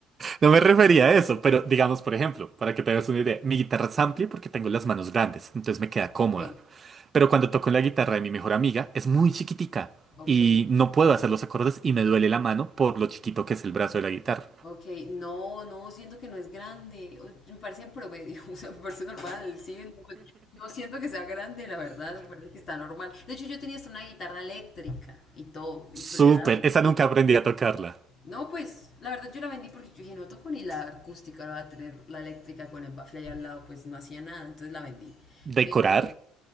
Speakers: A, on the right; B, on the left.
A: no me refería a eso, pero digamos, por ejemplo, para que te hagas una idea, mi guitarra es amplia porque tengo las manos grandes, entonces me queda cómoda.
B: Ok,
A: Pero cuando toco la guitarra de mi mejor amiga, es muy chiquitica
B: ok.
A: y no puedo hacer los acordes y me duele la mano por lo chiquito que es el brazo de la guitarra.
B: Ok, no, no, siento que no es grande. o- Me parece promedio, <laughs> o sea, me parece normal, sí. No, pues, no siento que sea grande, la verdad, me parece que está normal. De hecho, yo tenía hasta una guitarra eléctrica y todo, y, pero
A: Súper,
B: yo la vendí.
A: esa nunca aprendí a tocarla.
B: No, pues, la verdad yo la vendí porque yo dije, no toco ni la acústica, ahora voy a tener la eléctrica con el bafle ahí al lado, pues no hacía nada, entonces la vendí.
A: Decorar,
B: Pero,